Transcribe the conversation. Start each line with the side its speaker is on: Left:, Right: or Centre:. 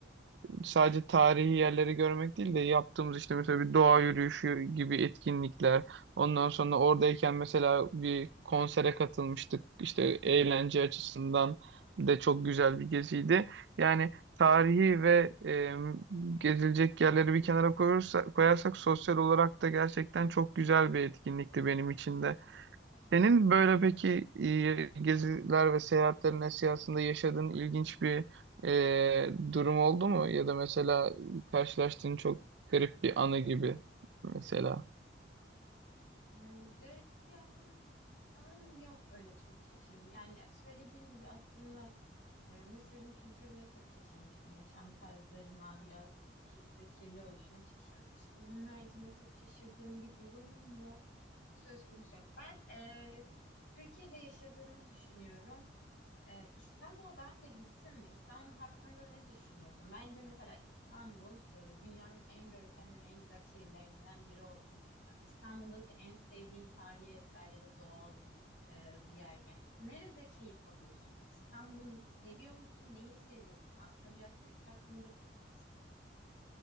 Right: sadece tarihi yerleri görmek değil de yaptığımız işte mesela bir doğa yürüyüşü gibi etkinlikler. Ondan sonra oradayken mesela bir konsere katılmıştık. İşte eğlence açısından de çok güzel bir geziydi. Yani tarihi ve e, gezilecek yerleri bir kenara koyursa, koyarsak sosyal olarak da gerçekten çok güzel bir etkinlikti benim için de. Senin böyle peki e, geziler ve seyahatlerin esnasında yaşadığın ilginç bir e, durum oldu mu? Ya da mesela karşılaştığın çok garip bir anı gibi mesela.
Left: Yani garip bir anlam sanırım yok öyle çok şaşırdım. Yani söylediğim gibi aslında e, Mısır'ın kültürüne çok şaşırmıştım. Yaşam tarzlarına biraz pis ve kirli oluşuna şaşırmıştım. Onun haricinde çok şaşırdığım bir durum yok. Söz konusu yok. Ben e, Türkiye'de yaşadığını düşünüyorum. Ee, İstanbul'a daha önce gittim. İstanbul hakkında ne düşünüyorsun? Bence mesela İstanbul e, dünyanın en görkemli ve en güzel şehirlerinden biri olduğunu düşünüyorum. İstanbul'daki en sevdiğin tarihi eser ya da doğal e, bir yer. Yani nerede keyif alıyorsun? İstanbul'u seviyor musun? Neyi seviyorsun? Aslında biraz Türkiye hakkında da konuşmak istiyorum.